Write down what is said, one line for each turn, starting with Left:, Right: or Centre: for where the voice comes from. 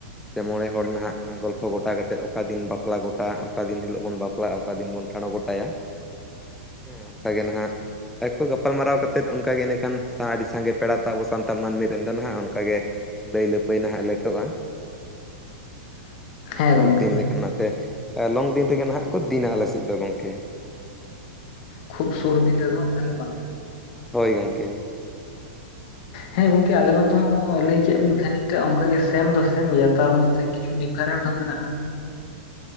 Centre: ᱥᱮ ᱢᱚᱬᱮ ᱦᱚᱲ ᱱᱟᱦᱟᱜ ᱜᱚᱞᱯᱷᱚ ᱜᱚᱴᱟ ᱠᱟᱛᱮᱫ ᱚᱠᱟ ᱫᱤᱱ ᱵᱟᱯᱞᱟ ᱜᱚᱴᱟ ᱚᱠᱟ ᱫᱤᱱ ᱦᱤᱞᱚᱜ ᱵᱚᱱ ᱵᱟᱯᱞᱟᱜ ᱵᱟᱯᱞᱟ ᱚᱠᱟ ᱫᱤᱱ ᱵᱚᱱ ᱴᱟᱬᱚ ᱜᱚᱴᱟᱭᱟ ᱦᱮᱸ ᱚᱱᱠᱟ ᱜᱮ ᱱᱦᱟᱜ ᱟᱠᱚ ᱜᱟᱯᱟᱞ ᱢᱟᱨᱟᱣ ᱠᱟᱛᱮᱫ ᱚᱱᱠᱟ ᱜᱮ ᱤᱱᱟᱹ ᱠᱷᱟᱱ ᱥᱟ ᱟᱹᱰᱤ ᱥᱟᱸᱜᱮ ᱯᱮᱲᱟ ᱛᱟᱵᱚ ᱟᱵᱚ ᱥᱟᱱᱛᱟᱲ ᱢᱟᱹᱱᱢᱤ ᱨᱮᱱ ᱫᱚ ᱱᱦᱟᱜ ᱚᱱᱠᱟ ᱜᱮ ᱫᱟᱹᱭ ᱞᱟᱹᱯᱟᱹᱭ ᱱᱦᱟᱜ ᱞᱮᱴᱚᱜᱼᱟ
Left: <inaudible>
Centre: ᱦᱩᱸ
Left: ᱦᱮᱸ
Centre: ᱥᱩᱨ
Left: ᱜᱚᱝᱠᱮ
Centre: ᱫᱤᱱ ᱞᱮᱠᱟᱱᱟᱜ ᱛᱮ ᱟᱞᱚᱝ ᱫᱤᱱ ᱨᱮᱜᱮ ᱱᱦᱟᱜ ᱠᱚ ᱫᱤᱱᱟ ᱟᱞᱮ ᱥᱮᱫ ᱫᱚ ᱜᱚᱝᱠᱮ
Left: ᱠᱷᱩᱵ ᱥᱩᱨ ᱫᱤᱱ ᱨᱮᱻᱫᱚ ᱦᱟᱸᱜ ᱛᱟᱦᱚᱞᱮ ᱵᱟᱝᱟ
Centre: ᱦᱳᱭ ᱜᱚᱝᱠᱮ
Left: ᱦᱮᱸ ᱜᱚᱝᱠᱮ ᱟᱞᱮ ᱱᱚᱛᱮ ᱦᱚᱸ ᱞᱟᱹᱭ ᱠᱮᱫ ᱵᱤᱱ ᱠᱷᱟᱹᱭᱱᱤᱠ ᱛᱮ ᱚᱱᱠᱟ ᱜᱮ ᱥᱮᱢ ᱫᱚ ᱥᱮᱢ ᱜᱮ ᱛᱟᱨ ᱢᱚᱫᱽᱷᱮ ᱠᱤ ᱪᱷᱩᱴᱦᱤ ᱯᱷᱟᱨᱮᱢ ᱛᱟᱢ ᱢᱮᱱᱟᱜᱼᱟ᱾